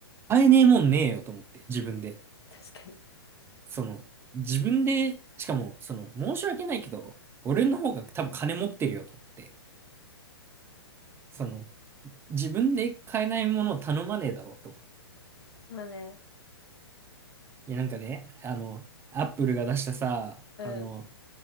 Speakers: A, on the right (about 15°); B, on the left (about 70°).
A: 買えねえもんねえよと思って、自分で。
B: 確かに。
A: その、自分で、しかも、その、申し訳ないけど、俺の方が多分金持ってるよと思って、その、自分で買えないものを頼まねえだろうと思って。
B: まあね。
A: いや、なんかね、あの、アップルが出したさ、
B: うん。
A: あの、